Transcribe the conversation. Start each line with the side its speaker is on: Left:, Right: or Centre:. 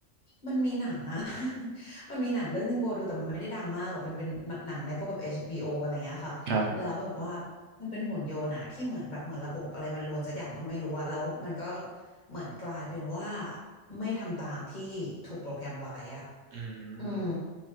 Left: มันมีหนังอะ <laughs> มันมีหนังเรื่องนึงโบดูแต่มันไม่ได้ดังมากหรอกเป็นเป็นหนังในพวกแบบเอชบี o ออะไรเงี้ยค่ะแล้วแบบว่า
Right: ครับผม
Left: มันเป็นหุ่นยนต์อะที่เหมือนแบบเหมือนระบบอะไรมันรวนสักอย่างก็ไม่รู้อะแล้วมันก็เหมือนกลายเป็นว่าไม่ทำตามที่ถูกโปรแกรมไว้อะ
Right: อื
Left: อืม
Right: ม